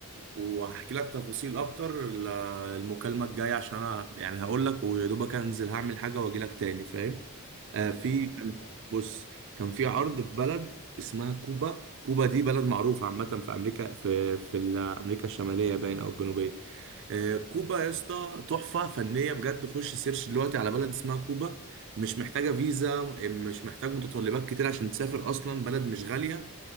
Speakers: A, on the right; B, on the left.
A: وهحكي لك تفاصيل اكتر ل- المكالمه الجايه عشان انا يعني هقول لك ويا دوبك انزل هعمل حاجه واجي لك تاني فاهم آه في
B: خلاص
A: كان
B: اتفقنا
A: بص كان في
B: ماشي
A: عرض في بلد اسمها كوبا كوبا دي بلد معروفه عامه في امريكا في في ال- امريكا الشماليه باين او الجنوبيه آه، كوبا يا اسطى تحفة فنية بجد خش سيرش دلوقتي على بلد اسمها كوبا مش محتاجة فيزا مش محتاج متطلبات كتير عشان تسافر أصلا بلد مش غالية